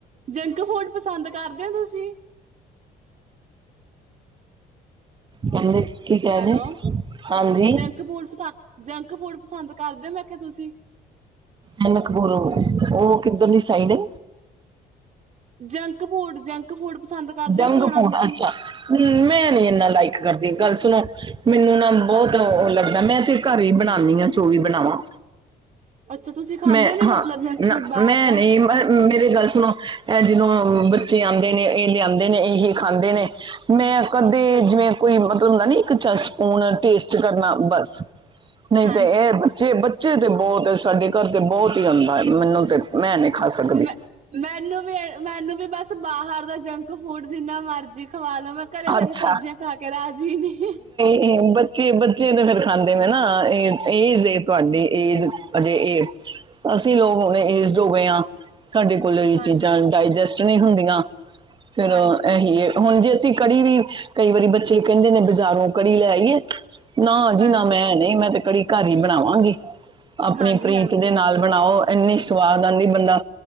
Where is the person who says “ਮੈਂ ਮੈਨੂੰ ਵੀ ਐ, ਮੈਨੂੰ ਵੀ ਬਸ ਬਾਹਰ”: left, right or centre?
Right